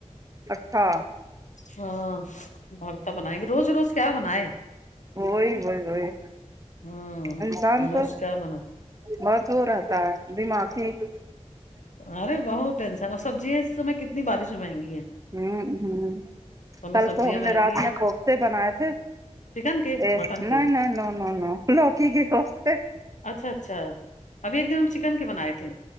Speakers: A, on the right; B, on the left.
A: اچھا
B: ہاں بھرتا بنائینگے روز روز کیا بنائے
A: وہی وہی وہی
B: ہوں
A: انسان
B: روز
A: کو
B: کیا بنا
A: بس ہو رہتا ہے دماغ ہی <inaudible>
B: ارے بہت ٹینشن اور سبزیاں اس سمے کتنی بارش میں مہنگی ہیں
A: ہوں ہوں
B: ہمیں
A: کل
B: سبزیاں
A: تو ہم
B: مہنگی
A: نے رات
B: ہیں
A: میں کوفتے بنائے تھے
B: چکن کے
A: ا
B: مٹن کے
A: نہیں نہیں نو نو نو لوکی کے کوفتے
B: اچھا اچھا ابھی ایک دن ہم چکن کے بنائے تھے